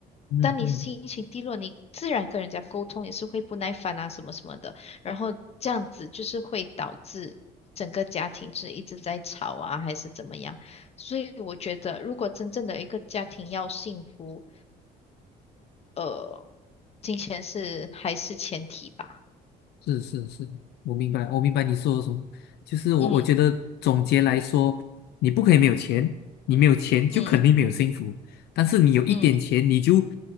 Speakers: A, on the left; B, on the left.
A: 嗯嗯。
B: 当你心情低落，你自然跟人家沟通也是会不耐烦啊，什么什么的。然后这样子就是会导致整个家庭是一直在吵啊，还是怎么样。所以我觉得，如果真正的一个家庭要幸福，呃，金钱是还是前提吧。
A: 是是是，我明白，我明白你说的什么。就是我，
B: 嗯
A: 我觉得总结来说，你不可以没有钱，你没有钱就肯定没有幸福。
B: 嗯
A: 但是你有一点钱，
B: 嗯
A: 你就